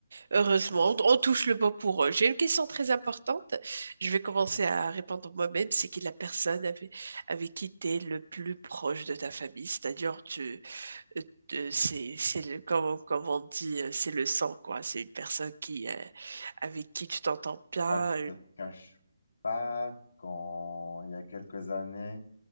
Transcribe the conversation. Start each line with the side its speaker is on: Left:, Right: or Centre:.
Right: Heureusement,
Left: c'est
Right: on touche le bon pour eux. J'ai une question très importante. Je vais commencer à répondre moi-même. C'est qui la personne avec, avec qui tu es le plus proche de ta famille? C'est-à-dire, tu, euh, euh, c'est, c'est le, comme, comme on dit, euh, c'est le sang, quoi. C'est une personne qui, euh, avec qui tu t'entends bien.
Left: Bah, je
Right: euh,
Left: te cache pas quand il y a quelques années,